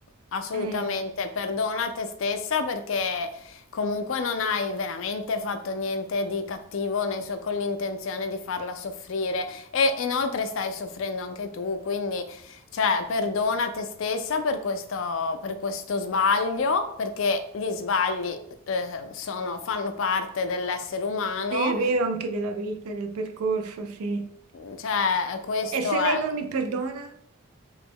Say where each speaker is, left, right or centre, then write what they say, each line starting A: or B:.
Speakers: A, on the left; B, on the right.
A: assolutamente.
B: Eh,
A: Perdona te stessa perché comunque non hai veramente fatto niente di cattivo nel suo- con l'intenzione di farla soffrire e inoltre stai soffrendo anche tu, quindi cioè, perdona te stessa per questo, per questo sbaglio, perché gli sbagli eh, sono- fanno parte dell'essere umano.
B: sì, è vero anche della vita, del percorso, sì.
A: Cioè, questo
B: E se
A: è...
B: lei non mi perdona?